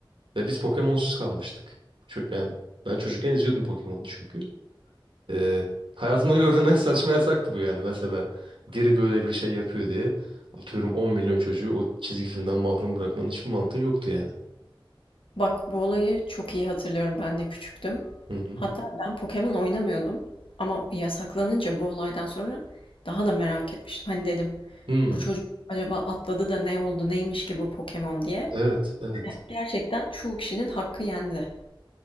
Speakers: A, on the right; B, on the left.
A: Ve biz Pokemon'suz kalmıştık. Çö- yani ben çocukken izliyordum Pokemon'u çünkü. Ee, hayatımda gördüğüm en saçma yasaktı bu yani. Mesela biri böyle bir şey yapıyor diye atıyorum 10 milyon çocuğu o çizgi filmden mahrum bırakmanın hiçbir mantığı yoktu yani.
B: Bak bu olayı çok iyi hatırlıyorum. Ben de küçüktüm.
A: Hı hı.
B: Hatta ben Pokemon oynamıyordum. Ama yasaklanınca bu olaydan sonra daha da merak etmiştim. Hani dedim
A: Hmm,
B: bu çocuk acaba atladı da ne oldu neymiş ki bu Pokemon diye.
A: evet, evet.
B: Gerçekten çoğu kişinin hakkı yendi.